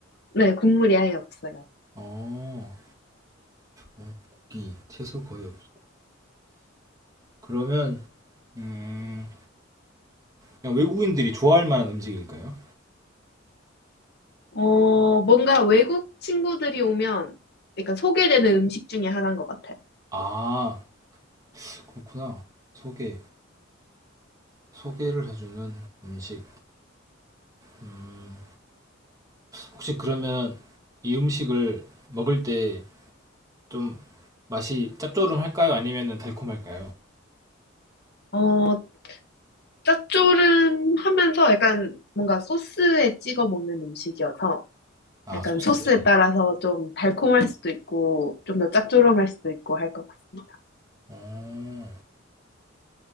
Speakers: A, on the left (about 55°); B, on the right (about 15°).
A: 네, 국물이 아예 없어요.
B: 어, 어, 고기, 채소 거의 없어. 그러면, 음, 그냥 외국인들이 좋아할 만한 음식일까요?
A: 어, 뭔가 외국 친구들이 오면 약간 소개되는 음식 중에 하나인 것 같아요.
B: 아, 그렇구나. 소개, 소개를 해주는 음식. 음, 혹시 그러면 이 음식을 먹을 때 좀 맛이 짭조름할까요? 아니면 달콤할까요?
A: 어, 짭조름하면서 약간 뭔가 소스에 찍어 먹는 음식이어서
B: 아,
A: 약간
B: 소스에?
A: 소스에 따라서 좀 달콤할 수도 있고, 좀 더 짭조름할 수도 있고 할 것 같습니다.
B: 어,